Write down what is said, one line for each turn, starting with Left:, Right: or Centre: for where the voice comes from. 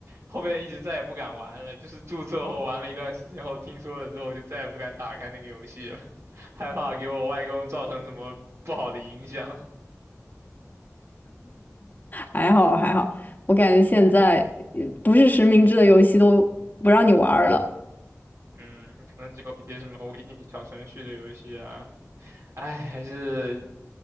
Right: 后面一直再也不敢玩了，就是注册后玩了一段时间后，听说了之后就再也不敢打开那个游戏了，<laughs> 害怕给我外公造成什么不好的影响。
Left: 还好还好，我感觉现在呃不是实名制的游戏都不让你玩儿了。
Right: 嗯，可能只有一些什么微信小程序的游戏啊，哎，还是